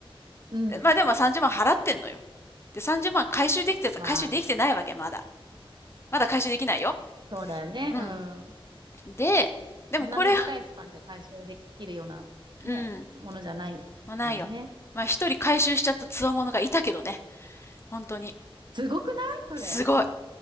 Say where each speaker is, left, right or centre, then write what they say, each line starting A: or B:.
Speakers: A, on the right; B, on the left.
A: うん。
B: まあ、でも30万払ってんのよ。で、30万回収できてた、
A: まあ、
B: 回収できてないわけ、まだ。まだ回収できないよ。
A: そうだよね。
B: うん。
A: うん。
B: で、でもこれ、
A: そんな短いスパンじゃ回収できるようなね、
B: うん。
A: ものじゃないもんね。
B: まあないよ。まあ一人回収しちゃった強者がいたけどね。本当に。
A: すごくないそれ。
B: すごい。